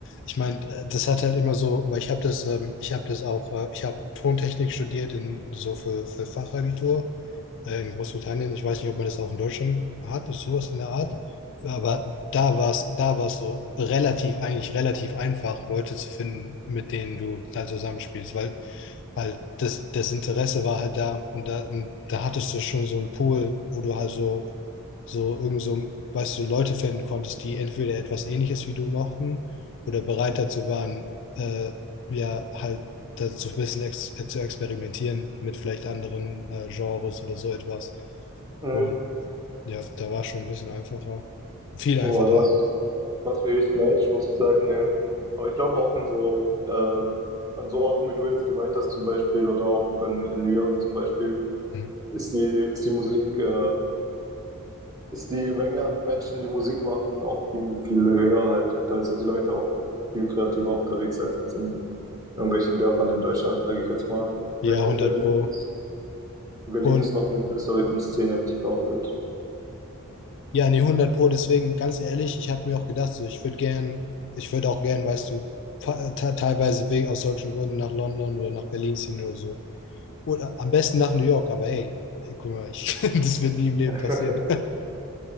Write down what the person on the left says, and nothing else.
Ich meine, äh, das hat halt immer so, weil ich habe das, ähm, ich habe das auch, äh, ich habe Tontechnik studiert in so für, für Fachabitur äh, in Großbritannien, ich weiß nicht, ob man das auch in Deutschland hat, ist sowas in der Art. Aber da war es, da war es so relativ, eigentlich relativ einfach, Leute zu finden, mit denen du da zusammenspielst, weil halt das, das Interesse war halt da und da, und da hattest du schon so einen Pool, wo du halt so so irgend so, weißt du, Leute finden konntest, die entweder etwas Ähnliches wie du mochten oder bereit dazu waren, äh, ja, halt dazu ein bisschen ex äh, zu experimentieren mit vielleicht anderen äh, Genres oder so etwas.
Und ja, da war schon ein bisschen einfacher. Viel
einfacher.
Mhm.
Ja,
hundert
Pro.
Und
ja, nee, hundert Pro, deswegen ganz ehrlich, ich habe mir auch gedacht, so, ich würde gern, ich würde auch gern, weißt du, fa- te- teilweise wegen aus solchen Gründen nach London oder nach Berlin ziehen oder so. Oder am besten nach New York, aber hey, ey, guck mal, ich, <laughs> das wird nie im Leben
passieren.